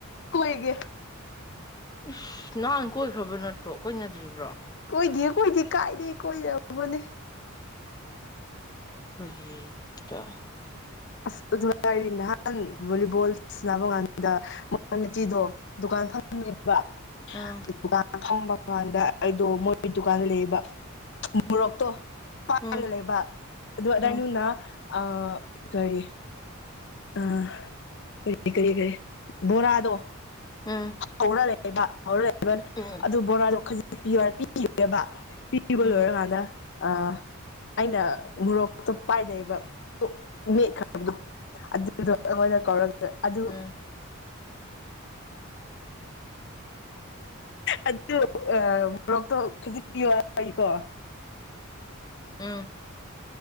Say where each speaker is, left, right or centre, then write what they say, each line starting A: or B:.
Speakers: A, on the left; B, on the left.
A: ꯀꯣꯏꯒꯦ
B: ꯏꯁꯁ ꯅꯍꯥꯟ ꯀꯣꯏꯈ꯭ꯔꯕ ꯅꯠꯇ꯭ꯔꯣ ꯀꯣꯏꯅꯗ꯭ꯔꯤꯕ꯭ꯔꯣ
A: ꯀꯣꯏꯗꯤ ꯀꯣꯏꯗꯦ ꯀꯥꯏꯔꯤ ꯀꯣꯏꯔꯕꯅꯦ
B: ꯍꯔꯤꯇ
A: ꯑꯁ ꯑꯗꯨꯔꯤ ꯅꯍꯥꯟ ꯚꯣꯂꯤꯕꯣꯜ ꯁꯥꯟꯅꯕ ꯀꯥꯟꯗꯇꯤꯗꯣ ꯗꯨꯥꯟ ꯐꯕ
B: ꯎꯝ
A: ꯗꯨꯀꯥꯟ ꯐꯪꯕ ꯗꯨꯀꯥꯟꯗ ꯑꯩꯗꯣ ꯃꯣꯏꯒꯤ ꯗꯨꯀꯥꯟꯗ ꯂꯩꯕ ꯃꯣꯔꯣꯛꯇꯣ ꯄꯥꯒ
B: ꯎꯝ
A: ꯂꯩꯕ ꯑꯗꯨ ꯑꯗꯥꯏꯅ
B: ꯎꯝ
A: ꯑ ꯀꯔꯤ ꯑ ꯀꯔꯤ ꯀꯔꯤ ꯀꯔꯤ ꯕꯣꯔꯥꯗꯣ
B: ꯎꯝ
A: ꯍꯧꯔꯛ ꯂꯩꯦꯕ ꯍꯧꯔꯦꯕ
B: ꯎꯝ
A: ꯑꯗꯨ ꯕꯣꯔꯥꯗꯣ ꯈꯖꯤ ꯄꯤꯕ ꯄꯤꯕ
B: ꯎꯝ
A: ꯂꯣꯏꯔꯀꯥꯟꯗ
B: ꯎꯝ
A: ꯑ ꯑꯩꯅ ꯃꯣꯔꯣꯛꯇꯣ ꯄꯥꯏ ꯂꯩꯩꯕ ꯃꯈꯕꯗꯣ ꯑꯗꯨꯗꯣꯗ ꯀꯧꯔ ꯑꯗꯨ ꯑꯗꯨ
B: ꯎꯝ
A: ꯑꯗꯨ ꯑ ꯃꯣꯔꯣꯛꯇꯣꯖꯤꯌ ꯐꯩꯀꯣ
B: ꯎꯝ